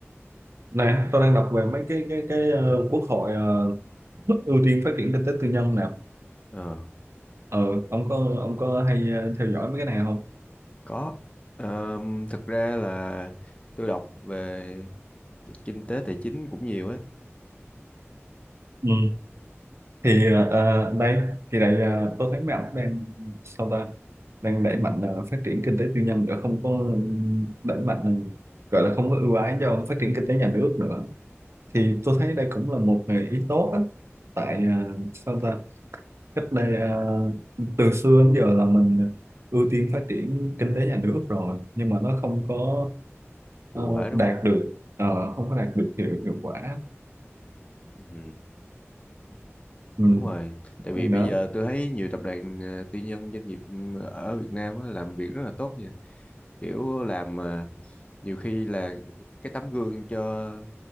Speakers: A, on the right; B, on the left.
A: nè, tôi đang đọc về mấy cái cái cái ờ, quốc hội ờ, ưu tiên phát triển kinh tế tư nhân nè.
B: Ờ,
A: Ờ, ông có ông có hay ờ, theo dõi mấy cái này không?
B: có. Ờm, thực ra là tôi đọc về kinh tế tài chính cũng nhiều á.
A: Ừ. Thì ờ, ờ, đây, thì này ờ, tôi thấy mấy ông đang sao ta đang đẩy mạnh ờ, phát triển kinh tế tư nhân để không có ừm, đẩy mạnh ờ, gọi là không có ưu ái cho phát triển kinh tế nhà nước nữa thì tôi thấy đây cũng là một nghề ý tốt á tại à, sao ta cách đây à, từ xưa đến giờ là mình ưu tiên phát triển kinh tế nhà nước rồi nhưng mà nó không có ờ,
B: Hiệu quả đúng
A: đạt
B: không?
A: được ờ, không có đạt được hiệu hiệu quả
B: Ừ,
A: ừ
B: đúng rồi. Tại vì
A: này
B: bây
A: đó
B: giờ tôi thấy nhiều tập đoàn ờ, tư nhân doanh nghiệp ừ, ở Việt Nam á, làm việc rất là tốt nha. Kiểu làm ờ, nhiều khi là cái tấm gương cho